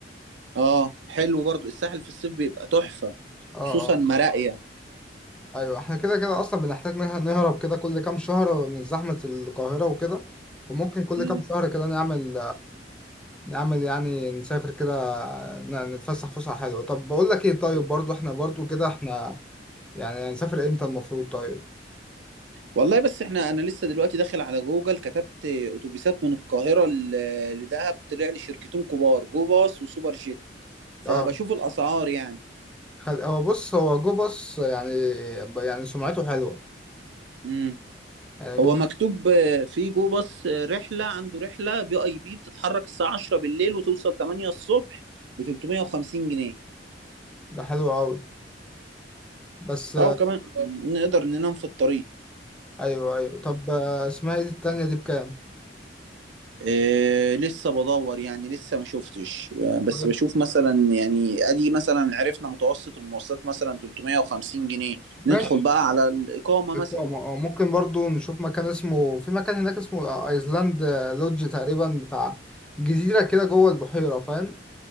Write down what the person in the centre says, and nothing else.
اه
اه
ايوه احنا كده كده اصلا بنحتاج نه- نهرب كده كل كام شهر من زحمة القاهرة وكده وممكن كل
كام شهر كده نعمل نعمل يعني نسافر كده ن- نتفسح فسحة حلوة طب بقول لك ايه طيب برضو احنا برضو كده احنا يعني هنسافر امتى المفروض طيب
اه
خل- هو بص هو جو باص يعني يعني سمعته حلوة
يعني
جو
باص
ده حلو قوي بس
ايوه ايوه طب آه، اسمها ايه دي التانية دي بكام
طيب
ماشي
اقامة
اه ممكن برضو نشوف مكان اسمه في مكان هناك اسمه ايسلاند لودج تقريبا بتاع جزيرة كده جوه البحيرة فاهم